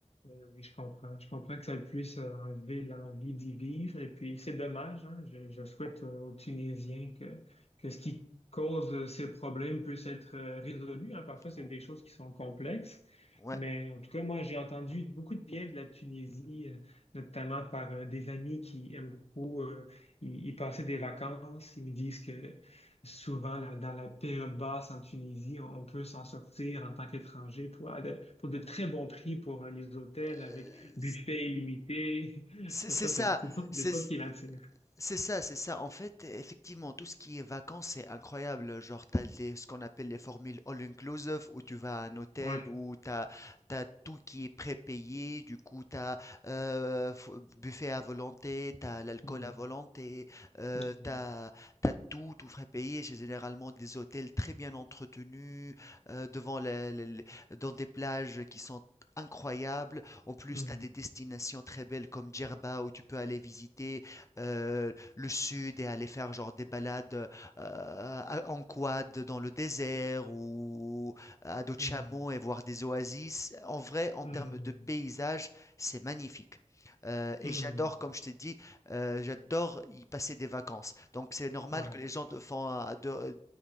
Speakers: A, on the left; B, on the left.
A: Euh, oui, je comprends. Je comprends que ça puisse euh, enlever l'envie d'y vivre. Et puis, c'est dommage, hein. Je, je souhaite euh, aux Tunisiens que, que ce qui cause euh, ces problèmes puisse être euh, résolu, hein. Parfois, c'est
B: Oh,
A: des choses qui sont complexes.
B: Ouais.
A: Mais en tout cas, moi, j'ai entendu beaucoup de bien de la Tunisie, euh, notamment par euh, des amis qui aiment beaucoup euh, y, y passer des vacances. Ils me disent que Souvent, là, dans la période basse en Tunisie, on on peut s'en sortir en tant qu'étranger pour, à de- pour de très bons prix pour euh, les hôtels
B: Euh,
A: avec buffet illimité. <laughs>
B: c'est
A: Et
B: c'est
A: ça,
B: ça.
A: c'est c'est ça, c'est
B: C'est
A: des choses qui l'attirent.
B: C'est ça, c'est ça. En fait, effectivement, tout ce qui est vacances, c'est incroyable. Genre, t'as des- ce qu'on appelle les formules all-inclusive, où tu vas à un hôtel,
A: Ouais.
B: où t'as, t'as tout qui est prépayé. Du coup, t'as euh, f- buffet à volonté, t'as l'alcool
A: Hmm.
B: à volonté, euh,
A: Hmm.
B: t'as, t'as tout, tout frais payé. C'est généralement des hôtels très bien entretenus, euh, devant la- la- la- dans des plages qui sont incroyables. En plus,
A: Hmm.
B: t'as des destinations très belles comme Djerba, où tu peux aller visiter euh, le sud et aller faire genre des balades euh, à- en quad dans le désert ou à dos de
A: Hmm.
B: chameau et voir des oasis. En vrai, en
A: Hmm.
B: termes de paysage, c'est magnifique. Euh, et
A: Hmm.
B: j'adore, comme je t'ai dit, euh, j'adore y passer des vacances. Donc c'est normal
A: Ouais.
B: que les gens te font euh, de,